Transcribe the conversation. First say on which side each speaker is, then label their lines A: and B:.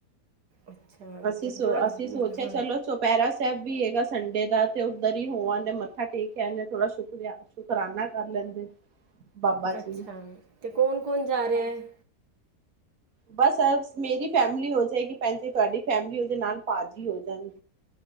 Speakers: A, on the right; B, on the right.
A: ਅੱਛਾ
B: ਅਸੀਂ
A: ਤੇ
B: ਸੋ
A: ਥੋੜਾ
B: ਅਸੀਂ ਸੋਚਿਆ
A: ਹਾਂ
B: ਚਲੋ ਚੁੱ ਪੈਰਾ ਸੈਬ ਵੀ ਹੈਗਾ ਸੰਡੇ ਦਾ ਤੇ ਉੱਧਰ ਹੀ ਹੋਆਨੇ ਮੱਥਾ ਟੇਕ ਆਨੇ ਥੋੜਾ ਸ਼ੁਕਰੀਆ ਸ਼ੁਕਰਾਨਾ ਕਰ ਲੈਂਦੇ। ਬਾਬਾ
A: ਅੱਛਾ
B: ਜੀ ਨੂੰ
A: ਤੇ ਕੌਣ-ਕੌਣ ਜਾ ਰਿਹਾ
B: ਹਾਂਜੀ
A: ਹੈ।
B: ਬਸ ਮੇਰੀ ਫੈਮਿਲੀ ਹੋ ਜਾਏਗੀ ਭੈਣ ਜੀ ਤੁਹਾਡੀ ਫੈਮਲੀ ਉਹਦੇ ਨਾਲ ਪਾਜੀ ਹੋ ਜਾਣ